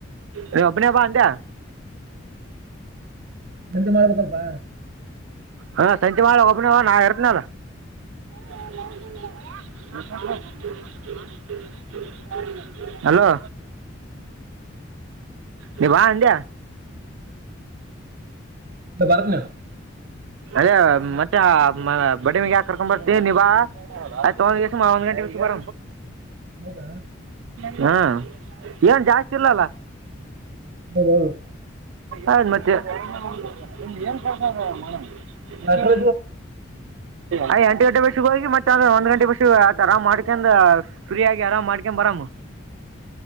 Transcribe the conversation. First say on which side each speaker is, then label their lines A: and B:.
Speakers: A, on the right; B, on the right.
A: ಹೇ ಅಪನೇ ಬಾ ಅಂದ್ಯ
B: ಎಂತ ಮಾಡ್ಬೇಕಲ್ಪ
A: ಹಾ ಸಂಚೆ ಮಾಡಳ ಒಬನ ನಾ ಇರ್ತ್ನಲ್ಲ <unintelligible> ಹಲೋ ನೀ ಬಾ ಅಂಡ
B: ಬರ್ತೀನಿ
A: ಅದೇ ಮತ್ತೆ ಬಡಿಮಿಗೆ ಯಾಕ ಬರ್ತ ನಿಭಾ ಆಯ್ ತಗಂದ್ಿಸಿ ಒಂದು ಗಂಟೆಗೆುಾರ
B: ಹೌದಾ
A: ಹ್ಮ ಏನ್ ಜಾಸ್ತಿ ಇರ್ಲಲ್ಲ
B: ಕಳೆದು
A: ಆಯದು್ ಮತ್ತೆ <unintelligible>
B: ಅಟ್ರ
A: ಆ ಎಂಟು ಗಂಟೆ ಬರ್ಿಗ ಹೋಗಿ ಮತ್ತ ಅೆ ಒಂದ ಗಂಟೆ ಬಷು ಆರಾಮ್ಕೊಂಡ ್ರೀ ಆಗ ಆರಾಮ್ಕೊಂಡ್ ಬರಾಮ್